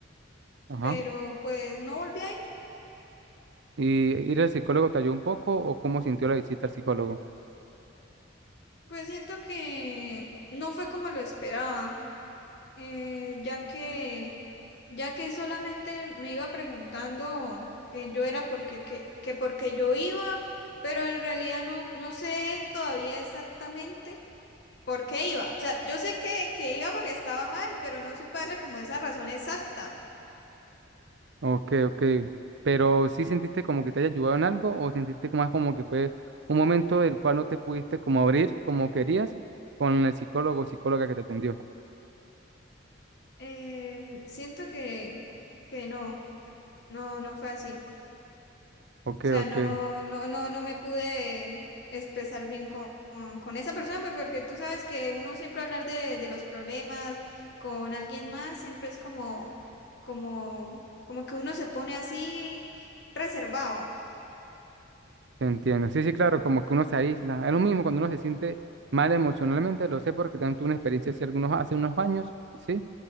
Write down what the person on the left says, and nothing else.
pero pues no volví a ir.
Pues siento que no fue como lo esperaba, eh, ya que, ya que solamente me iba preguntando que yo era porque, que, que porque yo iba, pero en realidad no, no sé todavía exactamente por qué iba. O sea, yo sé que, que iba porque estaba mal, pero no supe darle como esa razón exacta.
Eh, siento que, que no, no, no fue así.
O sea,
no,
no, no, no me pude expresar bien con, con, con esa persona, pues, porque tú sabes que uno siempre hablar de, de los problemas con alguien más, siempre es como, como, como que uno se pone así reservado.